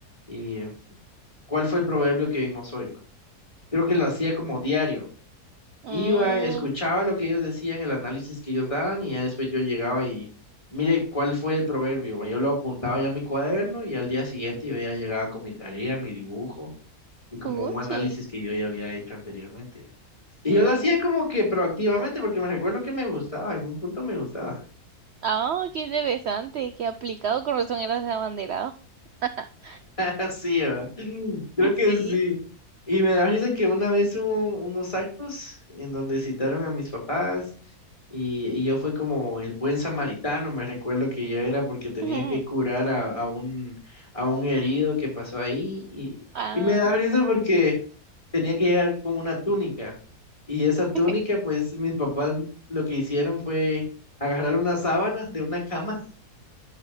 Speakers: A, on the left; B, on the right.
A: eh, ¿cuál fue el proverbio que vimos hoy, va?". Creo que lo hacía como diario. Iba,
B: mm,
A: escuchaba lo que ellos decían, el análisis que ellos daban, y ya después yo llegaba y, mire, ¿cuál fue el proverbio? ma? Yo lo apuntaba ya en mi cuaderno y al día siguiente yo ya llegaba con mi tarea, mi dibujo y como
B: puchi,
A: un análisis que yo ya había hecho anteriormente. Y
B: sí.
A: yo lo hacía como que proactivamente porque me recuerdo que me gustaba, en un punto me gustaba.
B: Ah, qué interesante, qué aplicado, con razón eras abanderado. <laughs>
A: Así, ¿verdad? Creo que
B: Sí.
A: sí. Y me da risa que una vez hubo unos actos en donde citaron a mis papás y, y yo fui como el buen samaritano, me recuerdo que yo era porque tenía
B: <laughs>
A: que curar a, a un, a un herido que pasó ahí y,
B: Ah,
A: y me da risa porque tenía que llegar con una túnica y esa túnica
B: <laughs>
A: pues mis papás lo que hicieron fue agarrar una sábana de una cama